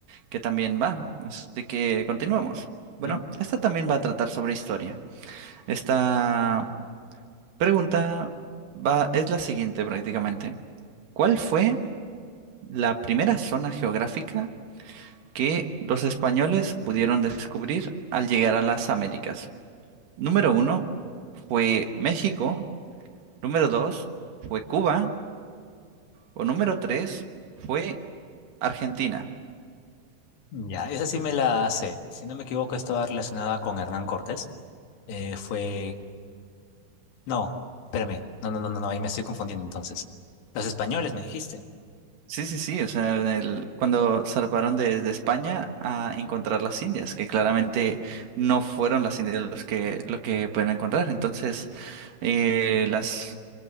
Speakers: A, on the right; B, on the left.
A: que también va. Así que continuemos. Bueno,
B: ¿Mm?
A: esta también va a tratar sobre historia. Esta pregunta va, es la siguiente prácticamente. ¿Cuál fue la primera zona geográfica que los españoles pudieron descubrir al llegar a las Américas? Número uno fue México. Número dos fue Cuba. O número tres fue Argentina.
B: Ya, esa sí me la sé. Si no me equivoco, estaba relacionada con Hernán Cortés. Eh, fue No, espérame. No, no, no, no, no, ahí me estoy confundiendo entonces. Los españoles, me dijiste.
A: Sí, sí, sí, o sea, en el- cuando zarparon desde España a encontrar las Indias, que claramente no fueron las Indias los que, lo que pueden encontrar. Entonces, eh, las,